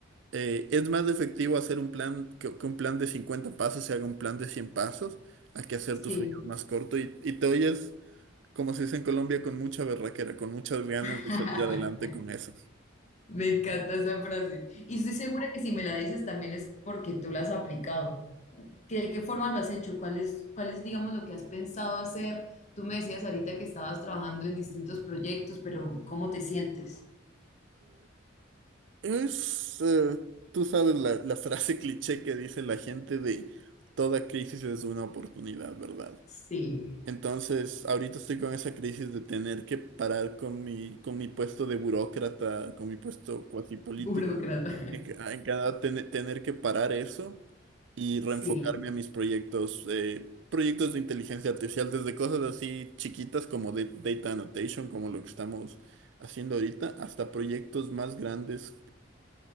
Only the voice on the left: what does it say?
sí.
<laughs>
Me encanta esa frase. Y estoy segura que si me la dices también es porque tú la has aplicado. ¿Que ¿De qué forma lo has hecho? ¿Cuál es, cuál es, digamos, lo que has pensado hacer? Tú me decías ahorita que estabas trabajando en distintos proyectos, pero ¿cómo te sientes?
Sí,
burócrata.
<laughs> Sí.